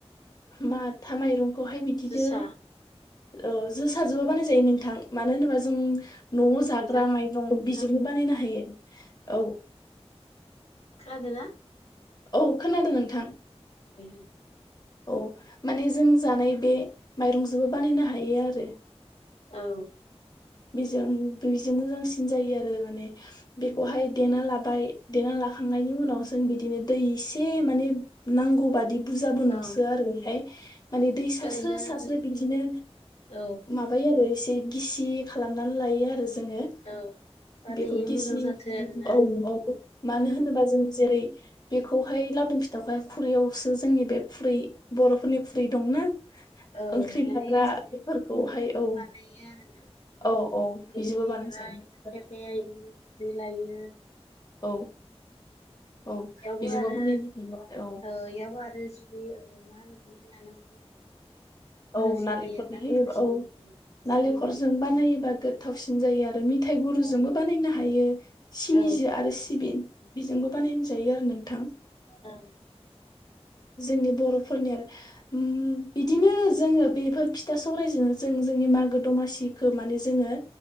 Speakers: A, on the left; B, on the left.
A: माथा माइरं खौहाय बिदिनो
B: जोसा
A: औ जोसाजोबो बानाय ज जायो नोंथां मानो होनोबा जों न'आव जाग्रा
B: बिथां
A: माइरं
B: नोंथां
A: बेजोंनो बानायनो हायो औ
B: खोनादोना
A: औ खोनादों नोंथां
B: दे होन
A: औ माने जों जानाय बे माइरंजोंबो बानायनो हायो आरो
B: औ
A: बेजों बैजों मोजांसिन जायो आरो माने बेखौहाय देना लाबाय देना लाखांनायनि उनाव जों बिदिनो दै इसे माने नांगौ बादि बुजाबो नंसोआ
B: औ
A: आरो बेहाय माने दै सार्रो
B: ओरैनो
A: सार्रो बिदिनो
B: औ
A: माबायो आरो एस बे गिसि खालामनानै लायो आरो ज जोङो
B: जाहाथे
A: बेखौ
B: इयो
A: गिसिनि
B: मोजां जाथो आरोना
A: औ औ <unintelligible> मानो होनोबा जों जेरै बेखौहाय लावदुम फिथावखाय खुरैआवसो जोंनि बे खुरै बर'फोरनि खुरै दंना
B: औ
A: ओंख्रि
B: माने
A: लाग्रा
B: थिख्लिनि
A: बेफोरखौहाय
B: मुरखाजोंबो
A: औ
B: बानायो आरो ना
A: औ औ
B: सिखिरि
A: बिजोंबो
B: <unintelligible>
A: बानाय जायो
B: खायफाया इदिनो खुरै लायो
A: औ औ
B: इयावबो
A: बेजोंबो
B: आरो
A: बानायनो हायो आरो
B: ओ इयावबो आरो ज जि ओ मा होनो <inaudible> मोजांसिन
A: औ नालेंखरनि
B: जायो आरोना
A: होयो
B: गोथावसिन
A: औ
B: मोनजायो सिबिंनिसाय
A: नालेंखरजों बानायोबा गोद थावसिन जायो आर ओ मिथाइ गुरुजोंबो
B: औ
A: बानायनो हायो सिनिजो
B: ओं
A: आरो सिबिन बेजोंबो बानायनाजायो आरो नोंथां
B: ओ
A: जोंनि बर'फोरनि आरो उम बिदिनो जोङो बेफोर फिथा सौरायजों जों जोंनि मागो दमासिखो माने जोङो